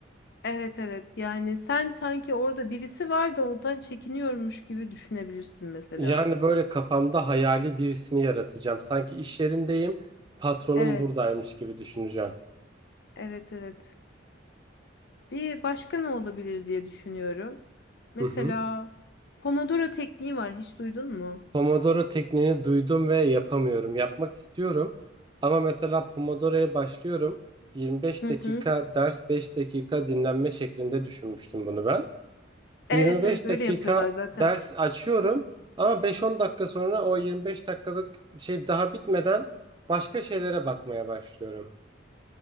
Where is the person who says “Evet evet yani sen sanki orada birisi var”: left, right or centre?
Left